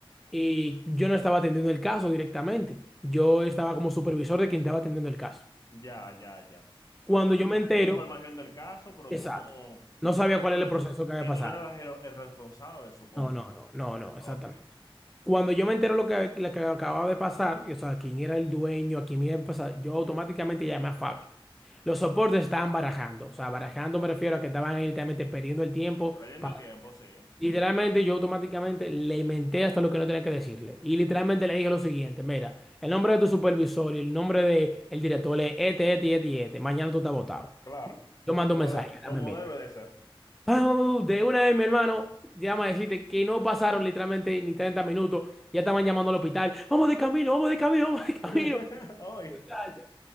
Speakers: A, in the centre; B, on the left.
A: Y yo no estaba atendiendo el caso directamente. Yo estaba como supervisor de quien estaba atendiendo el caso.
B: Ya, ya, ya. O
A: Cuando
B: sea, tú,
A: yo me entero,
B: tú tenías información del caso, pero
A: exacto,
B: tú no,
A: no sabía
B: tú-
A: cuál
B: tú
A: era
B: no-
A: el proceso que había
B: y
A: pasado.
B: tú no eras el, el responsable, supongo.
A: No, no, no, no, no,
B: Ok.
A: exactamente. Cuando yo me entero lo que, lo que acababa de pasar, y, o sea, quién era el dueño, a quién iba a pasar, yo automáticamente llamé a fábrica. Los soportes estaban barajando, o sea, barajando me refiero a que estaban ahí literalmente perdiendo el tiempo
B: Perdiendo
A: para...
B: el tiempo, sí.
A: Literalmente yo automáticamente le inventé hasta lo que no tenía que decirle. Y literalmente le dije lo siguiente, mira, el nombre de tu supervisor y el nombre del director es este, este y este y este. Mañana tú estás votado.
B: Claro.
A: Yo mando
B: Como,
A: un mensaje,
B: como
A: llámame,
B: debe de ser.
A: Pau, de una vez, mi hermano, llama a decirte que no pasaron literalmente ni 30 minutos. Ya estaban llamando al hospital. Vamos de camino, vamos de camino, vamos de camino,
B: <laughs> Hoy,
A: muchacha.